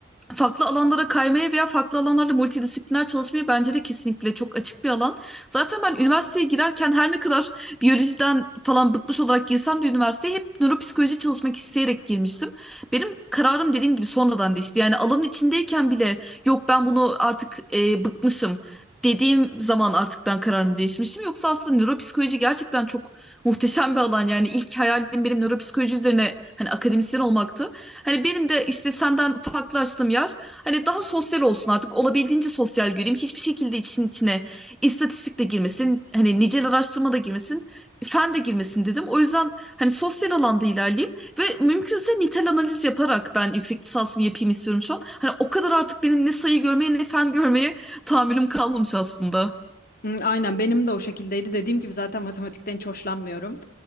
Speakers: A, in the centre; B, on the left (about 50°).
A: farklı alanlara kaymaya veya farklı alanlarla multidisipliner çalışmayı bence de kesinlikle çok açık bir alan. Zaten ben üniversiteye girerken her ne kadar biyolojiden falan bıkmış olarak girsem de üniversiteye hep nöropsikoloji çalışmak isteyerek girmiştim. Benim kararım dediğim gibi sonradan değişti. Yani alanın içindeyken bile yok ben bunu artık e, bıkmışım dediğim zaman artık ben kararımı değişmiştim. Yoksa aslında nöropsikoloji gerçekten çok muhteşem bir alan. Yani ilk hayalim benim nöropsikoloji üzerine hani akademisyen olmaktı. Hani benim de işte senden farklılaştığım yer hani daha sosyal olsun artık olabildiğince sosyal göreyim. Hiçbir şekilde için içine istatistik de girmesin, hani nicel araştırma da girmesin, fen de girmesin dedim. O yüzden hani sosyal alanda ilerleyeyim ve mümkünse nitel analiz yaparak ben yüksek lisansımı yapayım istiyorum şu an. Hani o kadar artık benim ne sayı görmeye ne fen görmeye tahammülüm kalmamış aslında.
B: Hı, aynen benim de o şekildeydi. Dediğim gibi zaten matematikten hiç hoşlanmıyorum.